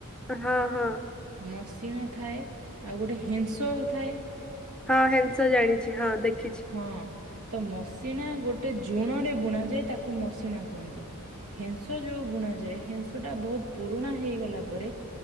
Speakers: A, in the centre; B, on the right.
A: ହଁ ହଁ।
B: ମଶିିଣା ଥାଏ ଆଉ ଗୋଟେ ହେଂସଉ ଥାଏ।
A: ହଁ ହେଂସ ଜାଣିଛି ହଁ ଦେଖିଛି।
B: ହଁ ତ ମସିଣା ଗୋଟେ ଜୁଣରେ ବୁଣା ଯାଏ ତାକୁ ମସିଣା କୁହନ୍ତି। ହେଂସ ଯୋଉ ବୁଣା ଯାଏ ହେଂସଟା ବହୁତ ପୁରୁଣା ହେଇଗଲା ପରେ